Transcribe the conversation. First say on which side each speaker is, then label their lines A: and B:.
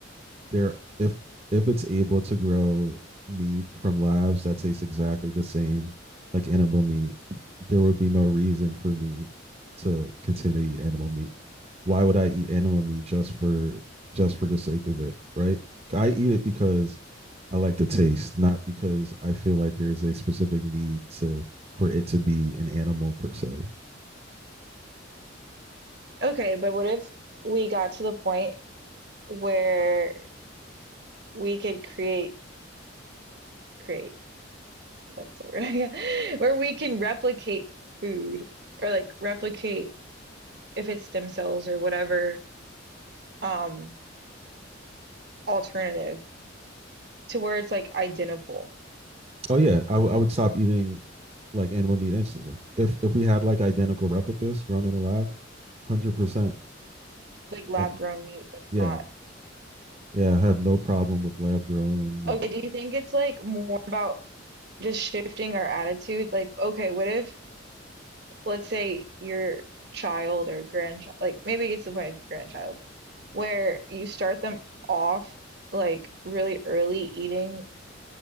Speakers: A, on the right; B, on the right.
A: there if if it's able to grow meat from labs that tastes exactly the same like animal meat, there would be no reason for me to continue to eat animal meat. Why would I eat animal meat just for just for the sake of it, right? I eat it because I like the taste, not because I feel like there's a specific need to for it to be an animal per se.
B: Okay, but what if we got to the point where we could create create That's the word. Yeah. <laughs> Where we can replicate food or like replicate if it's stem cells or whatever um alternative to where it's like identical,
A: Oh yeah, I, w- I would stop eating like animal meat instantly. If if we had like identical replicas grown in a lab, hundred percent.
B: like lab
A: uh,
B: grown meat that's
A: Yeah,
B: not.
A: yeah, I have no problem with lab grown meat.
B: Okay, do you think it's like more about just shifting our attitude? Like, okay, what if let's say your child or grandchild, like maybe it's the point of grandchild, where you start them off like really early eating.